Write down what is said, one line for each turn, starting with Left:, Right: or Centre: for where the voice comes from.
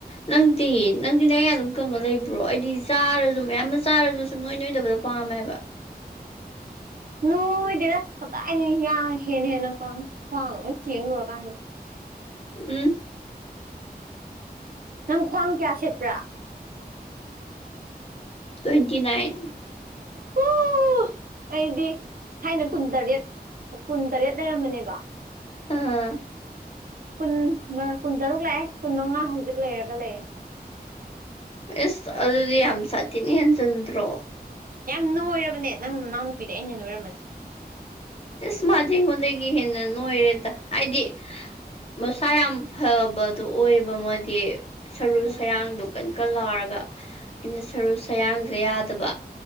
Left: ꯅꯪꯗꯤ ꯅꯪꯗꯤ ꯅꯌꯥ ꯑꯗꯨꯝ ꯀꯪꯉ ꯂꯩꯕ ꯕ꯭ꯔꯣ ꯑꯩꯗꯤ ꯆꯥꯔꯁꯨ ꯃꯌꯥꯝ ꯑꯃ ꯆꯥꯔꯁꯨ ꯁꯨꯡ ꯅꯣꯏ ꯅꯣꯏꯗꯕꯗꯣ ꯄꯥꯝꯃꯦꯕ꯫
Right: ꯅꯣꯢꯗꯦꯗ ꯀꯗꯥꯢꯗꯩ ꯌꯥꯡ ꯍꯦꯟꯅ ꯍꯦꯟꯅ ꯀꯪ ꯈ꯭ꯋꯥꯡ ꯒ ꯂꯣꯢ ꯆꯦꯡ ꯂꯣꯢꯔꯀꯥꯟꯁꯤꯗ꯫
Left: ꯎꯝ꯫
Right: ꯅꯪ ꯈ꯭ꯋꯥꯡ ꯀꯌꯥ ꯁꯦꯠꯄ꯭ꯔꯥ꯫
Left: Twenty nine.
Right: ꯑꯣ ꯑꯩꯗꯤ ꯊꯥꯏꯅ ꯀꯨꯟꯇꯔꯦꯠ ꯀꯨꯟꯇꯔꯦꯠ ꯂꯩꯔꯝꯕꯅꯦꯕ꯫
Left: ꯑꯥ꯫
Right: ꯀꯨꯟ ꯃ ꯀꯨꯟꯇꯔꯨꯛ ꯂꯥꯛꯑꯦ ꯀꯨꯟ ꯃꯉꯥ ꯍꯧꯖꯤꯛ ꯂꯩꯔꯒ ꯂꯩꯌꯦ꯫
Left: ꯏꯁ ꯑꯗꯨꯗꯤ ꯌꯥꯝ ꯁꯥꯊꯤꯅ ꯍꯦꯟꯖꯟꯗ꯭ꯔꯣ꯫
Right: ꯌꯥꯝ ꯅꯣꯏꯔꯕꯅꯦ ꯅꯪ ꯅꯅꯥꯎꯅ ꯅꯨꯄꯤꯗ ꯑꯩꯅ ꯍꯦꯟ ꯅꯣꯏꯔꯝꯃꯅꯤ꯫
Left: ꯏꯁ ꯃꯥꯗꯤ ꯑꯩꯉꯣꯟꯗꯒꯤ ꯍꯦꯟꯅ ꯅꯣꯏꯔꯦꯗ ꯍꯥꯏꯗꯤ꯫ ꯃꯁꯥ ꯌꯥꯝ ꯐꯕꯗꯣ ꯑꯣꯏꯕ ꯃꯣꯏꯗꯤ꯫ ꯁꯔꯨ
Right: ꯎꯝ
Left: ꯁꯌꯥꯡꯗꯣ ꯀꯟ ꯀꯟ ꯂꯥꯎꯔꯒ ꯑꯩꯅ ꯁꯔꯨ ꯁꯌꯥꯡꯁꯦ ꯌꯥꯗꯕ꯫